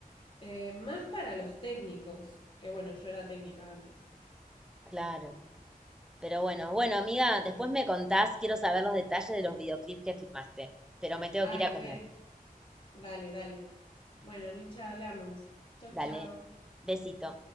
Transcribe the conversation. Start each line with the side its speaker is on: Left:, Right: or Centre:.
Left: Eh, más para los técnicos, que bueno, yo era técnica antes.
Centre: Claro. Pero bueno, bueno, amiga, después me contás, quiero saber los detalles de los videoclips que filmaste, pero me tengo
Left: Ay,
Centre: que ir a
Left: re.
Centre: comer.
Left: Dale, dale. Bueno, Micha, hablamos. Chau, chau.
Centre: Dale, besito.